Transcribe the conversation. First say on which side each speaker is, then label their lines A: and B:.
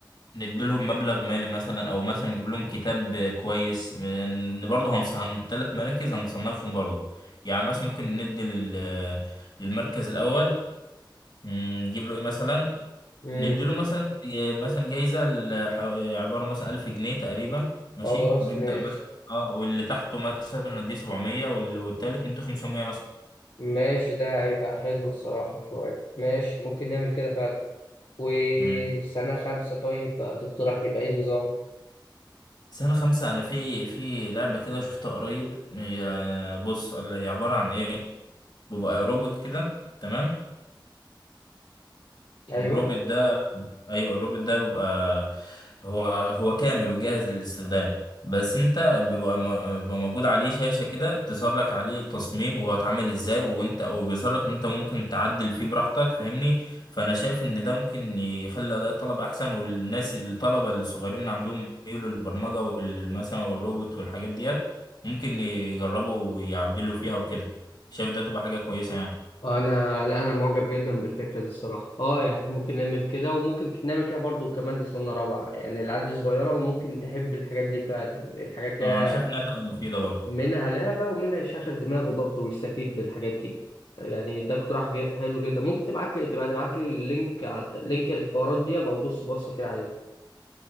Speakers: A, on the left (about 60°); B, on the left (about 80°).
A: نديلهم مبلغ مالي مثلا او مثلا نجيب لهم كتاب آه، كويس ان برضه هنص هن ثلاث مراكز هنصنفهم برضه يعني مثلا ممكن ندي لل آه، للمركز الاول مم، نجيب له ايه مثلا
B: مم.
A: نديله مثلا آه، مثلا جايزة لح- آه، عبارة مثلا ألف جنيه تقريبا ماشي
B: خلاص
A: ونبدأ
B: ماشي
A: مثلا اه واللي تحته مثلا نديه 700 وال- والتالت نديه 500 مثلا
B: ماشي ده هيبقى حلو الصراحة شوية ماشي ممكن نعمل كده فعلا وسنة
A: مم.
B: خمسة طيب بقى تقترح يبقى ايه النظام؟
A: سنة خمسة أنا في في لعبة كده شفتها قريب هي بص اللي هي عبارة عن إيه بيبقى روبوت كده تمام
B: أيوه
A: الروبوت ده ايوه الروبوت ده بيبقى هو هو كامل وجاهز للاستخدام بس انت بيبقى م- بيبقى موجود عليه شاشة كده بتظهر لك عليه التصميم وهو اتعمل ازاي وانت وبيظهر لك ان انت ممكن تعدل فيه براحتك فاهمني فانا شايف ان ده ممكن يخلي اداء الطلبة احسن والناس الطلبة الصغيرين اللي عندهم ميول للبرمجة وال- مثلا والروبوت والحاجات ديت ممكن يجربوا ويعدلوا فيها وكده شايف ده تبقى حاجة كويسة يعني
B: أنا لا أنا معجب جدا بالفكرة دي الصراحة أه يعني ممكن نعمل كده وممكن نعمل كده برضو كمان لسنة رابعة يعني العيال دي صغيرة وممكن تحب الحاجات دي فعلا يعني الحاجات اللي
A: اه
B: هي
A: انا شايف انها تبقى مفيدة برضه
B: منها لعبة ومنها يشغل دماغه برضه ويستفيد بالحاجات دي يعني ده اقتراح ج- حلو جدا ممكن تبعت لي تبقى تبعت لي اللينك على لينك الحوارات دي ابقى ببص بصة كده عليه